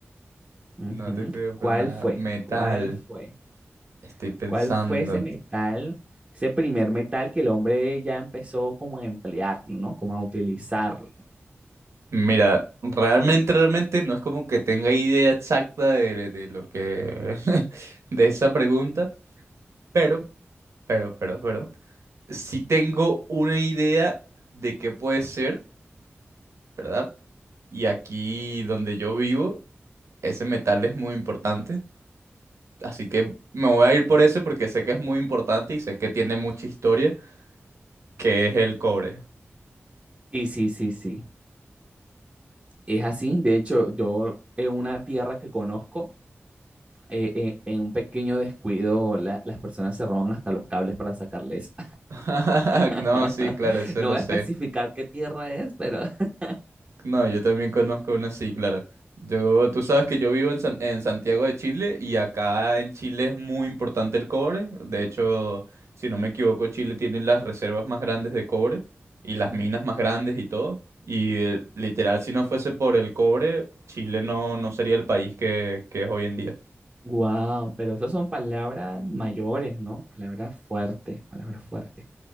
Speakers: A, on the right; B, on the right.
A: Ujú.
B: No te creo
A: ¿Cuál
B: para nada.
A: fue?
B: Metal.
A: ¿Cuál fue?
B: Estoy pensando.
A: ¿Cuál fue ese metal, ese primer metal que el hombre ya empezó como a emplearlo, ¿no? Como a utilizarlo.
B: Mira, realmente, realmente no es como que tenga idea exacta de, de lo que... <laughs> de esa pregunta, pero, pero, pero, pero, sí tengo una idea de qué puede ser, ¿verdad? Y aquí donde yo vivo, ese metal es muy importante. Así que me voy a ir por ese porque sé que es muy importante y sé que tiene mucha historia, que es el cobre.
A: Sí, sí, sí, sí. Es así. De hecho, yo en una tierra que conozco, eh, eh, en un pequeño descuido, la- las personas se roban hasta los cables para sacarles.
B: <laughs>
A: <laughs>
B: No, sí, claro, eso
A: No
B: lo
A: voy
B: sé.
A: a especificar qué tierra es, pero... <laughs>
B: No, yo también conozco una así, claro. Yo, tú sabes que yo vivo en, San- en Santiago de Chile y acá en Chile es muy importante el cobre. De hecho, si no me equivoco, Chile tiene las reservas más grandes de cobre y las minas más grandes y todo. Y eh, literal, si no fuese por el cobre, Chile no, no sería el país que, que es hoy en día.
A: Wow, pero esas son palabras mayores, ¿no? Palabras fuertes, palabras fuertes.